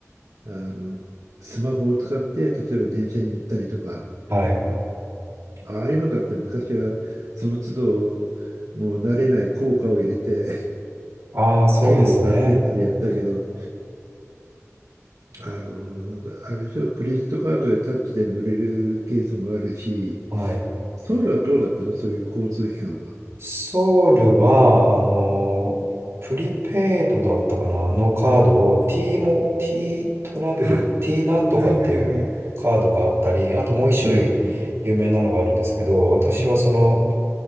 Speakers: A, on the right (about 85°); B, on the right (about 55°).
A: あの、スマホを使って、例えば電車に乗ったりとか、
B: はい。
A: ああいうのだって昔は、その都度、もう慣れない効果を入れて、
B: ああ、そうですね。
A: 券を買ってってのやったけど、あの、あれでしょ、クレジットカードでタッチで乗れるケースもあるし、
B: はい。
A: ソウルはどうだったのそういう交通機関は。
B: ソウルは、あのー、プリペイドだったかなのカードを T も、T トラベル、
A: <laughs> あ、
B: T なんとかっていうカードがあったり、
A: はいはいはい。
B: あともう一種類有名なのがあるんですけど、
A: うんうん
B: 私はその